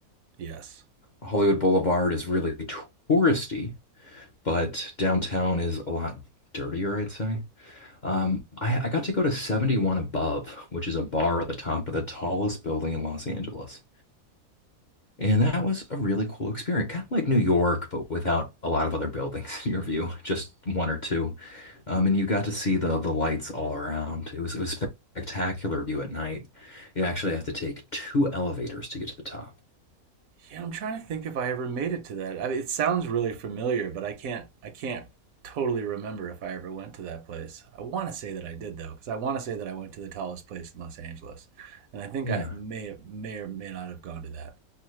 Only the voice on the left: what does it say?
Hollywood Boulevard is really touristy, but downtown is a lot dirtier, I'd say. Um, I, I got to go to 71 Above, which is a bar at the top of the tallest building in Los Angeles. And that was a really cool experience, kind of like New York, but without a lot of other <laughs> buildings in your view, just one or two. Um, and you got to see the the lights all around. It was it was spectacular view at night. You actually have to take two elevators to get to the top.
Yeah.